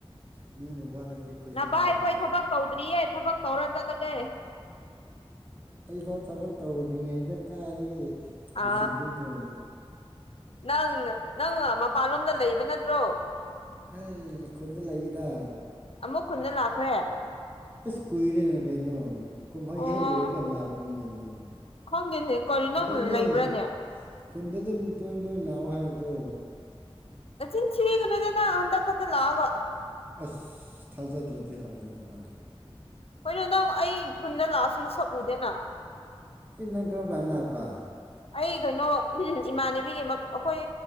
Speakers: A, on the right; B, on the left.
A: ꯅꯣꯏꯅ ꯋꯥꯠꯂꯗꯤ ꯑꯩꯈꯣꯏꯁꯨ
B: ꯅꯚꯥꯏ
A: ꯋꯥꯠꯂꯤꯗ
B: ꯈꯣꯏ ꯊꯕꯛ ꯇꯧꯗ꯭ꯔꯤꯌꯦ ꯊꯕꯛ ꯇꯧꯔ ꯆꯠꯂꯒꯦ
A: ꯑꯩꯐꯥꯎ ꯊꯕꯛ ꯇꯧꯗ꯭ꯔꯤꯉꯩꯗ ꯀꯥꯏꯗꯒꯤ
B: ꯑ
A: ꯄꯨꯁꯤꯟꯗꯣꯏꯗꯣ
B: ꯅꯪ ꯅꯪ ꯃꯄꯥꯟꯂꯣꯝꯗ ꯂꯩꯕ ꯅꯠꯇ꯭ꯔꯣ
A: ꯑꯩ ꯈꯨꯟꯗ ꯂꯩꯗ
B: ꯑꯃꯨꯛ ꯈꯨꯟꯗ ꯂꯥꯛꯈ꯭ꯔꯦ
A: ꯑꯁ ꯀꯨꯏꯔꯦꯅ ꯀꯩꯅꯣ ꯀꯨꯝꯍꯩ
B: ꯑꯣ
A: ꯍꯦꯛ ꯂꯣꯏꯔꯒ ꯂꯥꯛꯄꯅꯤ ꯀꯩꯅꯣ
B: ꯈꯪꯗꯦꯅꯦ ꯀꯥꯔꯤꯅꫭ ꯅꯪ
A: ꯑꯗꯨꯅꯦ
B: ꯂꯩꯕ꯭ꯔꯥꯅꯦ
A: ꯈꯨꯟꯗ ꯑꯗꯨꯝ ꯇꯣꯏ ꯇꯣꯏꯅ ꯂꯥꯛꯑꯣ ꯍꯥꯏꯕꯗꯣ
B: ꯅꯆꯤꯟ ꯊꯤꯒꯅꯨꯗ ꯅ ꯍꯟꯗꯛ ꯈꯛꯇꯥ ꯂꯥꯛꯑꯒ
A: ꯑꯁ ꯊꯥꯖꯗ꯭ꯔꯗꯤ ꯍꯪꯉꯨꯗꯅ
B: ꯍꯣꯏꯅꯦ ꯅꯪ ꯑꯩ ꯈꯨꯟꯗ ꯂꯥꯛꯑꯁꯨ ꯅꯁꯛ ꯎꯗꯦꯅ
A: ꯏ ꯅꯪ ꯀꯔꯝ ꯀꯥꯟ ꯂꯥꯛꯄ
B: ꯑꯩ ꯀꯩꯅꯣ ꯎꯝ ꯏꯃꯥꯟꯅꯕꯤꯒꯤ ꯑꯩꯈꯣꯏ